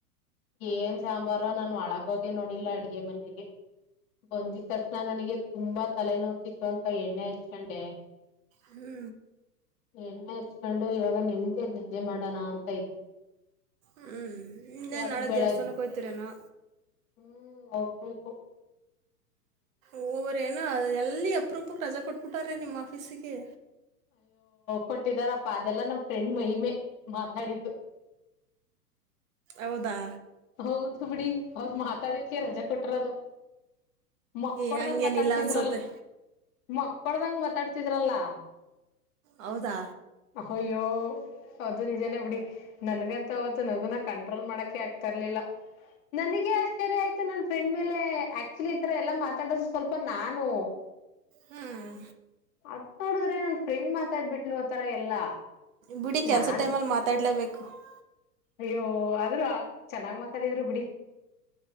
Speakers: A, on the left; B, on the right.
A: ಏನ್ ಸಾಂಬಾರು ನಾನು ಒಳಗೋಗೆ ನೋಡಿಲ್ಲ ಅಡ್ಗೆ ಮನೆಗೆ ಬಂದಿದ ತಕ್ಷಣ ನನಗೆ ತುಂಬಾ ತಲೆನೋತಿತ್ತು ಅಂತ ಎಣ್ಣೆ ಎಚ್ಕೊಂಡೆ
B: ಹ್ಞೂ
A: ಎ್ಣ ಚ್ಕೊಂಡು ಇವಾಗ ನಿಮ್ದೆ ನಿದ್ದೆ ಮಾಡೋಣ ಅಂತ ಇದ್ದೆ
B: ಹ್ಞೂ ಇನ್ನೇ
A: ಯಾಕ
B: ನಾಳೆ
A: ಬೆಳಗ್
B: ದೇವಸ್ಥಾನಕ್ಕೆ ಹೋಗ್ತೀರೇನೋ
A: ಹ್ಮ್ ಹಬೇಕೇಕು
B: ಓವೇಏನು ಅದು ಎಲ್ಲಿ ಅಪ್ರೂಪ ರಜಾ ಕೊಟ್ಬಿಟ್ಟಾರ್ರೆ ನಿಮ್ಮ ಆಫೀಸಿಗೆ
A: ಕೊಟ್ಟಿದಾರಪ್ಪ ಅದೆಲ್ಲ ನಮ್ ಫ್ರೆಂಡ್ ಮಹಿಮೆ ಮಾತಾಡಿದ್ದು
B: ಹೌದಾ
A: ಹೌದು ಬಿಡಿ ಅವರು ಮಾತಾಡಿದಕ್ಕೆ ರಜೆ ಕೊಟ್ರದು ಮಕ್ಕಡ್ದಂಗ
B: ಏ ಹಂಗೇನಿಲ್ಲ
A: ಮಾತಾಡ್ತಿದ್ರಲ್
B: ಅನಿಸುತ್ತೆ
A: ಮಕ್ಕಳದಂಗ ಮಾತಾಡ್ತಿದ್ರಲ್ಲ
B: ಹೌದಾ
A: ಅಯ್ಯೋ ಅದು ನಿಜಾನೇ ಬಿಡಿ ನನ್ಗಂತ ಅವತ್ತು ನಗುನ ಕಂಟ್ರೋಲ್ ಮಾಡಕೆ ಆಕ್ತ ತರಲಿಲ್ಲ ನನಗೆ ಆಶ್ರ್ಯಯತು ನನ್ ಫ್ರೆಲೆ ಲೆ ಆಕ್ಚುಲಿ ಈ ತರ ಎಲ್ಲಾ ಮಾತಾಡದು ಸ್ವಲ್ಪ ನಾನು
B: ಹ್ಞೂ
A: ಅದ್ ನೋಡಿದ್ರೆ ನನ್ ಫ್ರೆಂಡ್ ಮಾತಾಡ್ಬಿಟ್ಲು ಒತರ ಎಲ್ಲಾ
B: ಬಿಡಿ ಕೆಲಸ
A: ನಾನ್
B: ಟೈಮ ಅಲ್ಲಿ ಮಾತಾಡ್ಲಬೇಕ್ಯಕ್ತಿ <inaudible>
A: ಅಯ್ಯೋ ಆದ್ರೂ ಚೆನ್ನಾಗ್ ಮಾತಾಡಿದ್ರು ಬಿಡಿ